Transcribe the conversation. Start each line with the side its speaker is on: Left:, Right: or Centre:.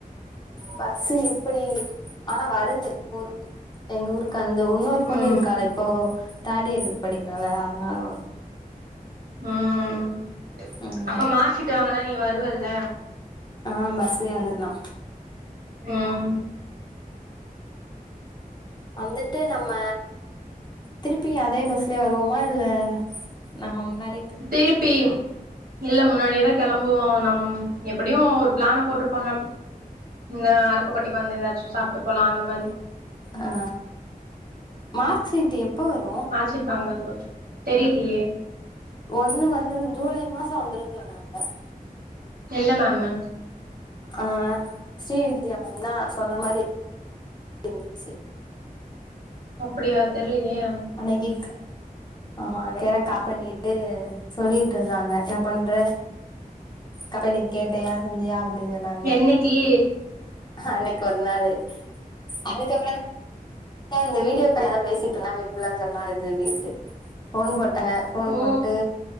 Left: பஸ்ஸு எப்புடி ஆனா வருது ஊருக்கு எங்க ஊருக்கு அந்த உன்னோரு பொண்ணு
Right: ம்
Left: இருக்காளே இப்போ தேர்ட் இயர் படிக்கிறால அதனால வரு
Right: ம்
Left: ம்
Right: அப்ப மார்க் சீட் வாங்கனா நீ வருவல்ல
Left: ஆ பஸ்லேயே வந்துர்லா
Right: ம்
Left: வந்துட்டு நம்ம திருப்பி அதே பஸ்லயே வருவோமா இல்ல நம்ம முன்னாடி
Right: டீப்பீம் இல்ல முன்னாடியேதா கெளம்புவோம் நம் எப்படியும் ஒரு பிளான போட்டுருப்பாங்க இந்த அறுப்பு கோட்டைக்கு வந்து ஏதாச்சு சாப்ட்டு போலாம் அந்த மாரி
Left: ஆ மார்க்ஸீட் எப் ப்ப வரு
Right: மார்க்ஷீட் வாங்க வரும்போது தெரிலியே
Left: ஒண்ணு வந்துரு ஜூலை மாசம் வந்துருன் சொன்னாங்க
Right: எந்த மேம்மு
Left: ஆ ஸ்ரீவித்யா மேம் தா சொன்ன மாரி இருந்துச்சு
Right: அப்படியா தெர்லயே
Left: அன்னைக்குக் ஆமா அதுக்கு வேற கால் பண்ணிட்டு சொல்லிட்ருந்தாங்க என்ன பண்ற அப்ப நீ கேட்டயா செஞ்சயா அப்டின் சொல் டாங்க
Right: என்னைக்கி
Left: அன்னைக்கு ஒரு நாளு அதுக்கப்புறொதா ஏ இந்த வீடியோகாக தா பேசிட்டு இருந்தா இப்டியெல்லா சொன்னாகன்னு சொல்லிட்டு ஃபோன் போட்டங்க ஃபோன்
Right: ஓ
Left: போட்டு